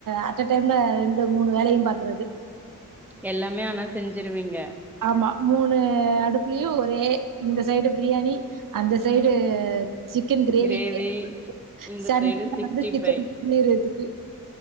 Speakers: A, on the right; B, in the centre.
A: அட்ட டைம்ல ரெண்டு மூணு வேலையு பாக்கறது
B: எல்லாமே ஆனா செஞ்சிருவீங்க
A: ஆமா மூணு அடுப்புலேயு ஒரே இந்த சைட்டு பிரியாணி அந்த சைட்டு சிக்கன் கிரேவிக்கே
B: கிரேவி
A: <inaudible>
B: இந்த
A: சண்ட
B: சைடு
A: <inaudible>
B: சிக்ஸ்டி
A: வந்து சிக்கன்
B: ஃபைவ்
A: பண்ணிறதுக்கு